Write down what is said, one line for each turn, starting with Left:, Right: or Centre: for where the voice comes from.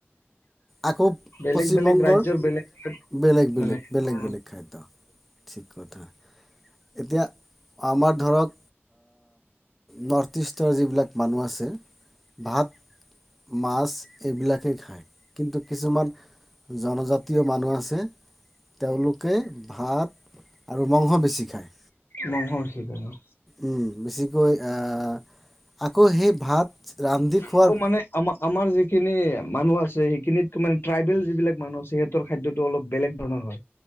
Centre: আকৌ
Left: বেলেগ
Centre: পশ্চিমবংগৰ
Left: বেলেগ ৰাজ্যৰ বেলেগ
Centre: বেলেগ বেলেগ
Left: মানে
Centre: বেলেগ
Left: ধৰণৰ
Centre: বেলেগ খাদ্য ঠিক কথা। এতিয়া আমাৰ ধৰক নৰ্থ ইষ্টৰ যিবিলাক মানুহ আছে ভাত মাছ এইবিলাকে খায়। কিন্তু কিছুমান জনজাতীয় মানুহ আছে তেওঁলোকে ভাত আৰু মংস বেছি খায়।
Left: মঙহ বেছি খাই অঁ।
Centre: উম বেছিকৈ আহ আকৌ সেই ভাত ৰান্ধি
Left: আকৌ
Centre: খোৱাৰ
Left: মানে আমাৰ আমাৰ যিখিনি মানুহ আছে সেইখিনিত মানে ট্ৰাইবেল যিবিলাক মানুহ আছে সিহতৰ খাদ্য অলপ বেলেগ ধৰণৰ হয়।